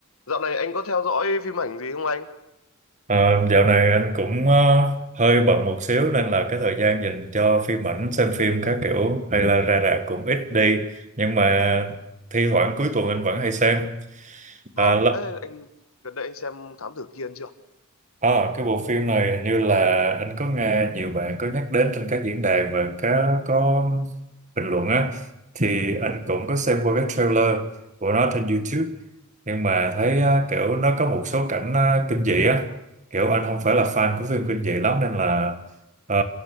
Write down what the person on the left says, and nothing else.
Dạo này anh có theo dõi phim ảnh gì không anh?
Vâng.
Ê, anh gần đây anh xem Thám Tử Kiên chưa?